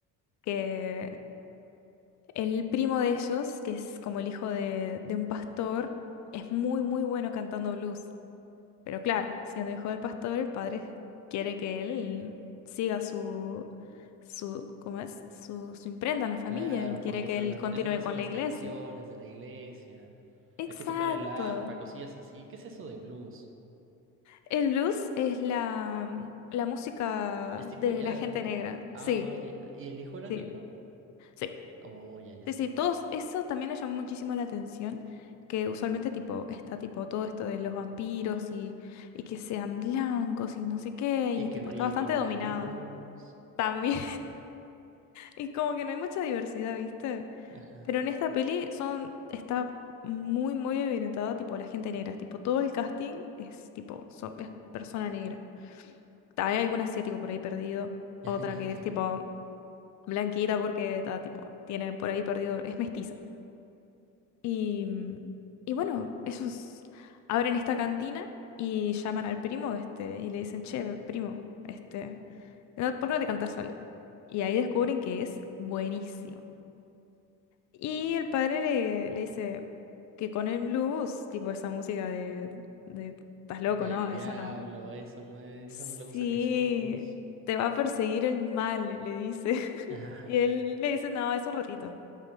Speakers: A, on the left; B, on the right.
A: que el primo de ellos, que es como el hijo de, de un pastor, es muy, muy bueno cantando blues. Pero claro, siendo hijo del pastor, el padre quiere que él siga su, su, ¿cómo es? Su, su imprenta en la familia.
B: Claro,
A: Él quiere
B: porque
A: que
B: esas,
A: él continúe
B: esas no son
A: con
B: las
A: la iglesia.
B: canciones de la iglesia.
A: Exacto.
B: Hay que tocar el arpa, cosillas así. ¿Qué es eso de blues?
A: El blues es la, mm, la música
B: Es tipo
A: de
B: jazz,
A: la gente
B: ¿no?
A: negra.
B: Ah,
A: Sí,
B: ya, ya. ¿Y el hijo era
A: sí,
B: negro?
A: sí.
B: Oh, ya, ya.
A: Sí, sí, todos, eso también me llamó muchísimo la atención, que usualmente tipo, está tipo todo esto de los vampiros y, y que sean blancos y no sé qué,
B: Y
A: y tipo,
B: que brillen
A: está bastante
B: con
A: dominado
B: la luz.
A: también. Y como que no hay mucha diversidad, ¿viste?
B: Ajá.
A: Pero en esta peli son, está muy, muy evidentada, tipo, la gente negra. Tipo, todo el casting es, tipo, son, es persona negra. Ta, Hay algún asiático por ahí perdido.
B: <laughs>
A: Otra que es, tipo, blanquita porque está, tipo, tiene por ahí perdido, es mestiza. Y, y bueno, ellos abren esta cantina y llaman al primo, este, y le dicen, che, primo, este, ¿no- ¿por qué no te cantas algo? Y ahí descubren que es buenísimo. Y el padre le, le dice que con el blues, tipo esa música de, de estás loco,
B: Del
A: ¿no?
B: diablo,
A: Eso no.
B: eso no es,
A: Sí,
B: eso no le gusta a Jesús.
A: te va a perseguir el mal, le dice. <laughs>
B: <laughs>
A: Y
B: Ay.
A: él le dice, no, es un ratito.